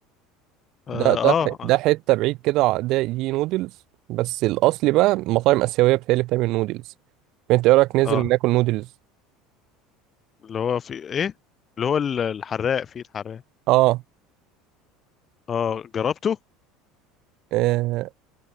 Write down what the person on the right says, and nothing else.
ده
ده
ح- ده
حتة بعيد كده ع- ده دي نودلز بس الأصلي بقى مطاعم آسيوية بتهيألي اللي بتعمل نودلز فأنت إيه رأيك ننزل
ناكل نودلز؟
آه
آه،